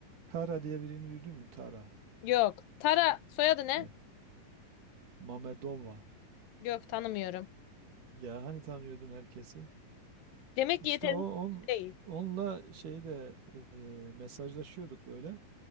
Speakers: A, on the right; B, on the left.
A: Tara diye birini duydun mu? Tara.
B: Yok. Tara soyadı ne?
A: Evet. Mamedova.
B: Yok tanımıyorum.
A: Ya hani tanıyordun herkesi?
B: Demek
A: İşte
B: ki yeterli
A: o on,
B: değil.
A: onunla şeyde eee, mesajlaşıyorduk böyle.